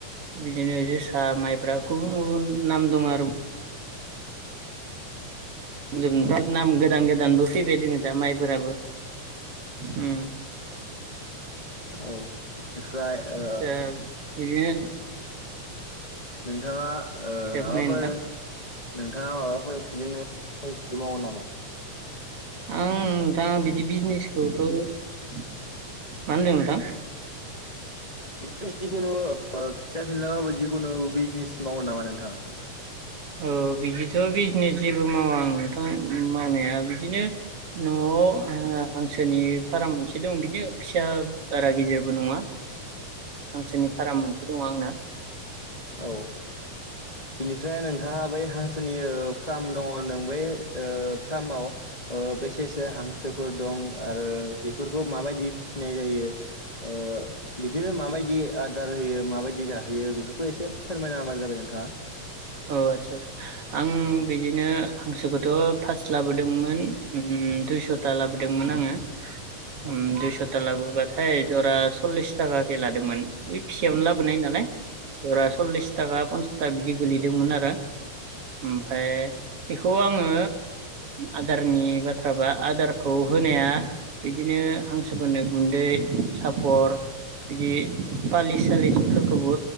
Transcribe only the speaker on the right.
बिदिनो जोसा माइब्रा गुबुन गुबुन नाम दं आरो। बुंजोबनोथ'
नाम गोदान गोदानबो फैबाय दोङो दा माइफोराबो। उम
आदसा बिदिनो
दे
बुंनाय नोंथां
आं दा बिदि बिजनेसखौथ' <inaudible> मा होनदों नोंथां?
औ बिदिथ' बिजनेस जेबो मावा आं नोंथां मावनाया बिदिनो न'आव आङो हांसोनि फाराम मोनसे दं बिनो फिसा बारा गिदेरबो नङा हांसोरनि फाराम मोनसे दङ आंना
अ आदसा आं बिदिनो हांसोखौथ' फास्ट लाबोदोंमोन। दुइस'था लाबोदोंमोन आङो। ओम दुइस'ता लाबो बथायाय जरा सल्लिस थाखा लादोंमोन बे फिसियावनो लाबोनाय नालाय जरा सल्लिस थाखा पन्सास थाखा बिदि गोलैदोंमोन आरो। ओमफाय बेखौ आङो आदारनि बाथ्राबा आदारखौ होनाया बिदिनो हांसोफोरनो गुन्दै सापर बिदि फालिस सालिसफोरखौबो